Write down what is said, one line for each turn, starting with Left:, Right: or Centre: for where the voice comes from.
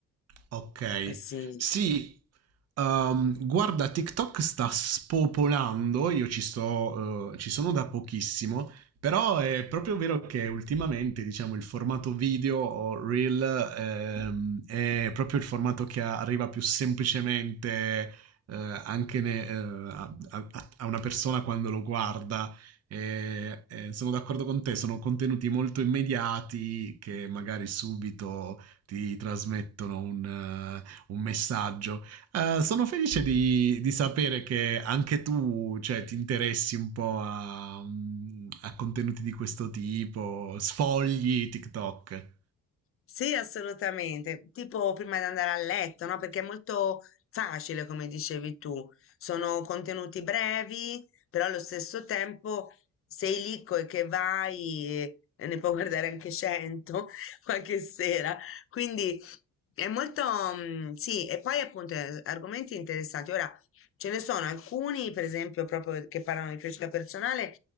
Right: Ok.
Left: Eh sì.
Right: Sì, Ehm, guarda, TikTok sta spopolando, io ci sto, eh, ci sono da pochissimo, però è proprio vero che ultimamente, diciamo, il formato video o reel, ehm, è proprio il formato che arriva più semplicemente, eh, anche ne- eh, a, a- a una persona quando lo guarda. E, eh, sono d'accordo con te, sono contenuti molto immediati che magari subito ti trasmettono un, uh, un messaggio. Uh, sono felice di, di, sapere che anche tu cioè, ti interessi un po' a, a, contenuti di questo tipo, sfogli TikTok.
Left: Sì, assolutamente. Tipo prima di andare a letto, no? Perché è molto facile, come dicevi tu. Sono contenuti brevi, però allo stesso tempo sei lì co- e che vai e e ne puoi guardare anche 100 <laughs> qualche sera. Quindi è molto, mm, sì, e poi appunto eh, argomenti interessanti. Ora ce ne sono alcuni, per esempio, proprio che parlano di crescita personale.